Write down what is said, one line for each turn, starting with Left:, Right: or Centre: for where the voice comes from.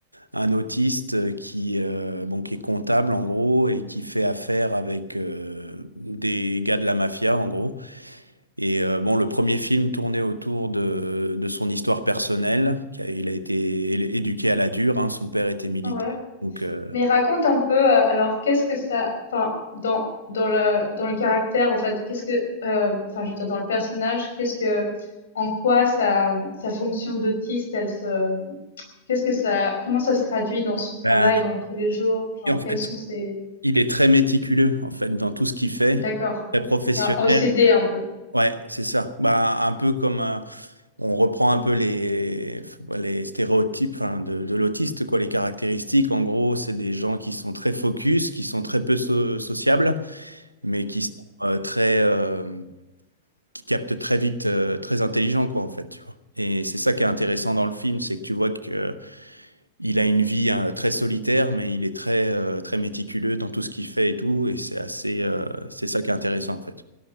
Right: un autiste qui, euh, bon, qui est comptable en gros et qui fait affaire avec euh, des gars de la mafia en gros. Et euh, bon, le premier film tournait autour de, de son histoire personnelle. qui a- Il a été é- éduqué à la dure, hein, son père était militaire.
Left: Ouais.
Right: Donc, euh,
Left: Mais raconte un peu, euh, alors qu'est-ce que ça, enfin dans dans le dans le caractère en fait, qu'est-ce que, euh, enfin je veux dire dans le personnage, qu'est-ce que, en quoi sa sa fonction d'autiste, elle se, qu'est-ce que ça, comment ça se traduit dans son travail,
Right: ben,
Left: dans tous les jours, genre
Right: et en fait,
Left: quels sont ses,
Right: il est très méticuleux en fait dans tout ce qu'il fait,
Left: d'accord,
Right: très professionnel.
Left: Il y a un OCD un peu.
Right: Ouais, c'est ça. Bah, un peu comme un- on reprend un peu les, les stéréotypes enfin, de, de l'autiste, quoi, les caractéristiques. En gros, c'est des gens qui sont très focus, qui sont très peu so- sociables, mais qui sont euh, très, euh, qui capte très vite, euh, très intelligent, quoi, en fait, tu vois. Et c'est ça qui est intéressant dans le film, c'est que tu vois que euh, il a une vie hein, très solitaire, mais il est très euh, très méticuleux dans tout ce qu'il fait et tout, et c'est assez, euh, c'est ça qui est intéressant en fait.